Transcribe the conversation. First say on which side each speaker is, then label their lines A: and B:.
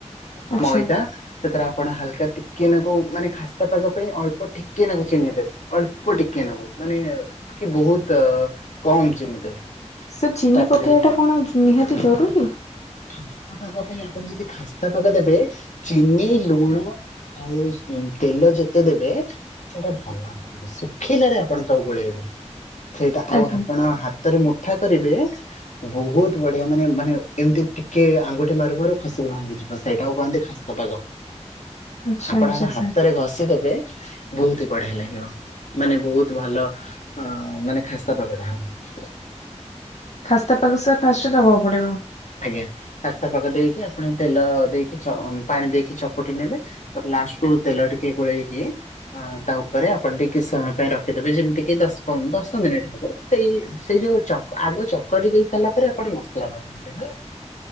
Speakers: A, on the left; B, on the left.
A: ଆଚ୍ଛା।
B: ମଇଦା ସେଥିରେ ଆପଣ ହାଲକା ଟିକେ ନାଗୁ ମାନେ ଖାସ୍ତା ପାଗ ପାଇଁ ଅଳ୍ପ ଟିକେ ନାଗୁ ଚିନି ଦେବେ ଅଳ୍ପ ଟିକେ ନାଗୁ ମାନେ କି ବହୁତ କମ ଚିନି ଦେବେ
A: ସାର ଚିନି
B: ତାପରେ
A: ପକେଇବା ଟା କଣ ନିହାତି ଜରୁରୀ?
B: ଖାସ୍ତା ପାଗ ପାଇଁ ଆପଣ ଯଦି ଖାସ୍ତା ପାଗ ଦେବେ ଚିନି ଲୁଣ ଆଉ ତେଲ ଯେତେ ଦେବେ ସେଇଟା ଭଲ ଶୁଖିଲାରେ ଆପଣ ତାକୁ ଗୋଳେଇବେ। ସେଇଟା ଆଉ
A: ଆଜ୍ଞା
B: ଆପଣ ହାତରେ ମୁଠା କରିବେ ବହୁତ ବଢିଆ ମାନେ ମାନେ ଏମିତି ଟିକେ ଆଙ୍ଗୁଠି ମାରୁ ମାରୁ ଖସି ଭାଙ୍ଗିଯିବ ସେଇଟାକୁ କୁହନ୍ତି ଖାସ୍ଥା ପାଗ।
A: ଆଚ୍ଛା
B: ଆପଣଙ୍
A: ଆଚ୍ଛା
B: ହାତରେ
A: ସାର୍
B: ଘଷି ଦେବେ ବହୁତ ବଢିଆ ଲାଗିବ। ମାନେ ବହୁତ ଭଲ ଅ ମାନେ ଖାସ୍ତା ପାଗଟା ହବ।
A: ଖାସ୍ତା ପାଗ ସାର ଫାଷ୍ଟ ଦବାକୁ ପଡିବ?
B: ଆଜ୍ଞା ଖାସ୍ତା ପାଗ ଦେଇକି ଆପଣ ତେଲ ଦେଇକି ପାଣି ଦେଇକି ଚକଟି ନେବେ ତା ଲାଷ୍ଟକୁୁ ତେଲ ଟିକେ ଗୋଳେଇକି ତା ଉପରେ ଆପଣ ଟିକ କି ସମୟ ପାଇଁ ରଖିଦବେ ଯେମିତି କି ଦଶ ପନ୍ଦ ଦଶ ମିନିଟ୍ ହବ ସେଇ ସେଇ ଯୋଉଁ ଆଗ ଚକଟି ଦେଇ ସାରିଲା ପରେ ଆପଣ ମସଲା ବନ ହେଲା।